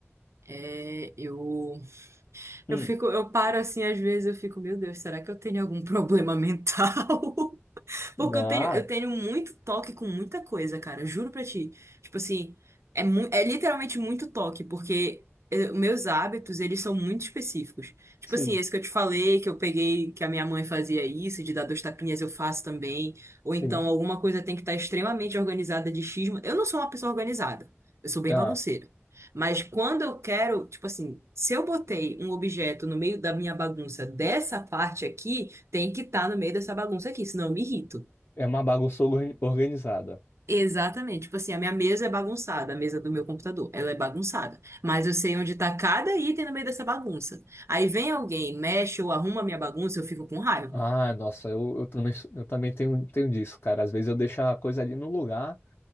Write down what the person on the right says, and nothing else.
É, eu,
eu fico, eu paro assim, às vezes eu fico, meu Deus, será que eu tenho algum problema mental? <laughs> Porque
eu tenho, eu tenho muito toque com muita coisa, cara. Juro pra ti. Tipo assim, é, mu é literalmente muito toque, porque eh, meus hábitos, eles são muito específicos. Tipo
assim, esse que eu te falei, que eu peguei, que a minha mãe fazia isso, de dar dois tapinhas, eu faço também. Ou
então, alguma coisa tem que estar extremamente organizada de xisma. Eu não sou uma pessoa organizada. Eu sou bem
bagunceira. Mas quando eu quero, tipo assim, se eu botei um objeto no meio da minha bagunça dessa parte aqui, tem que estar no meio dessa bagunça aqui, senão eu me irrito.
Exatamente. Tipo assim, a minha mesa é bagunçada, a mesa do meu computador, ela é bagunçada. Mas eu sei onde tá cada item no meio dessa bagunça. Aí vem alguém, mexe ou arruma a minha bagunça, eu fico com raiva.